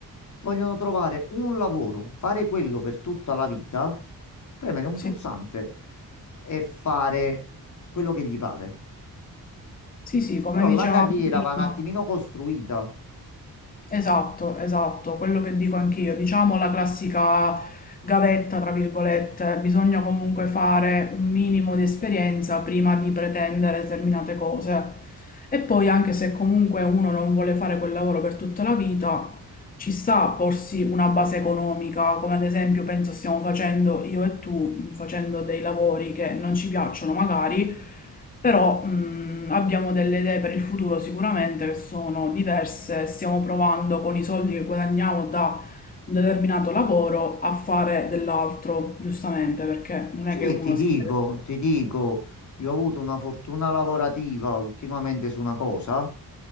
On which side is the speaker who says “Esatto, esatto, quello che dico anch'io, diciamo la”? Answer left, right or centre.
Left